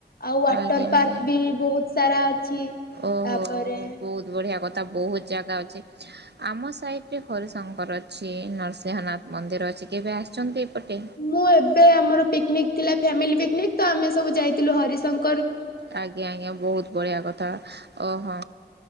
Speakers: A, on the left; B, on the right.
A: ଆଉ ୱାଟର
B: ଆଜ୍ଞା ଆଜ୍ଞା
A: ପାର୍କ ବି ବହୁତ ସାରା ଅଛି
B: ଓହୋ
A: ତାପରେ
B: ବହୁତ ବଢିଆ କଥା ବହୁତ ଜାଗ- ଆମ ସାଇଟରେ ହରିଶଙ୍କର ଅଛି ନରସିଂହନାଥ ମନ୍ଦିର ଅଛି। କେବେ ଆସିଛନ୍ତି? ଏପଟେ?
A: ମୁଁ ଏବେ ଆମର ପିକନିକ ଥିଲା ଫାମିଲି ପିକ୍ ଅନକ ତ ଆମେ ସବୁ ଯାଇଥିଲୁ ହରିଶଂଙ
B: ଆଜ୍ଞା ଆଜ୍ଞା ବହୁତ ବଢିଆ କଥା। ଓହୋ